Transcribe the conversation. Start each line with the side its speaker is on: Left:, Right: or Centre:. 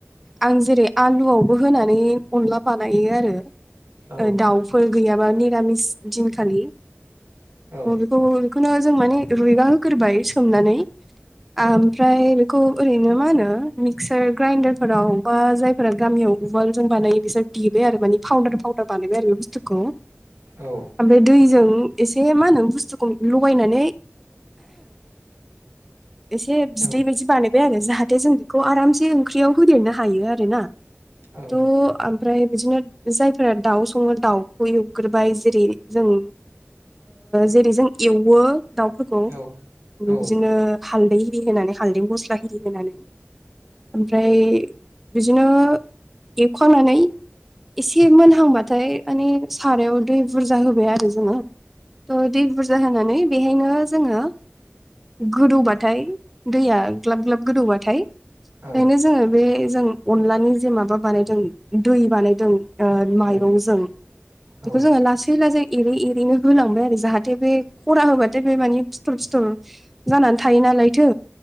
Centre: आं जेरै आलुआवबो होनानै अनला बानायो आरो
Right: औ
Centre: ओ दाउ फोर गैयाबा निरामिस दिनखालि
Right: औ
Centre: ट बेनो जों म रुइबा होग्रोबाय सोमनानै
Right: औ
Centre: आमफ्राय खौ ओरैनो मा होनो मिक्सार ग्राइडारफोराव बा जायफोरा गामियाव उवाल जों बानायो बिसोर देबाय आरो माने फाउदार फावदार बानायबाय आरो बे बुस्थुखौ।
Right: औ
Centre: ओमफ्राय दैजों एसे मा होनो बुस्थुखौ लगायनानै एसे बिदै
Right: औ
Centre: बायदि बानायबाय आरो जाहाथे जों बेखौ आरामसे ओंख्रियाव होदेरनो हायो आरोना
Right: औ
Centre: थ' ओमफ्राय बिदिनो जायफोरा दाउ संङो दाउखौ एवग्रोबाय जेरै जों जेरै जों एवो दाउफोरखौ
Right: अ औ औ
Centre: बिदिनो हालदै हिरि होनानै हालदै गस्ला हिरि होनानै ओमफ्राय बिदिनो एवखांनानै एसे मोनहांबाथाय माने सारायाव दै बुरजा होबाय आरो जोंङो थ' दै बुरजा जाहोनानै बेहायनो जोंङो गोदौबाथाय दैया ग्लाब ग्लाब गोदौबाथाय खायनो
Right: औ
Centre: जोंङो बे जों अनलानि जे माबा बानाय जों दै बानायदों ओ माइरंजों
Right: औ
Centre: बेखौ
Right: आरो
Centre: जोंङो लासै लासै एरै एरैनो होलांबाय आरो जाहाथे बे खरा होबाथाय बे माने फिथर फिथर जानानै थायो नालायथो